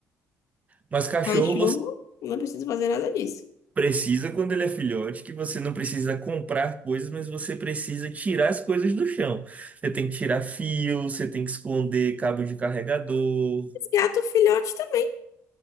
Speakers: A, on the right (about 25°); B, on the left (about 65°).
A: mas cachorro
B: Cachorro, não precisa fazer nada disso.
A: Precisa quando ele é filhote, que você não precisa comprar coisas, mas você precisa tirar as coisas do chão. Você tem que tirar fio, você tem que esconder cabo de carregador.
B: Mas gato filhote também.